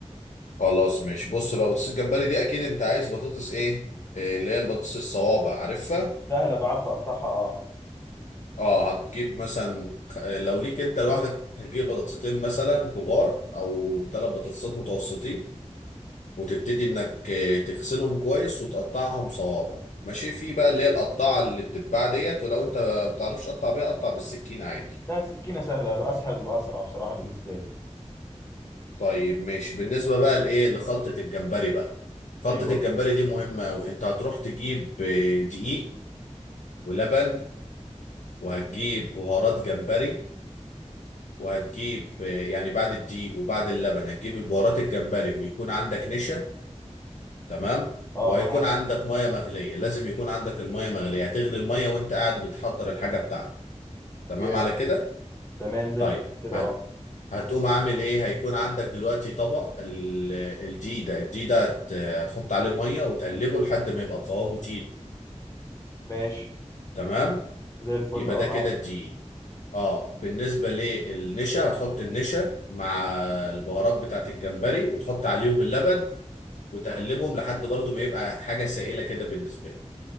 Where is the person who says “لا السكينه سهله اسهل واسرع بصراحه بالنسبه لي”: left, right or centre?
Left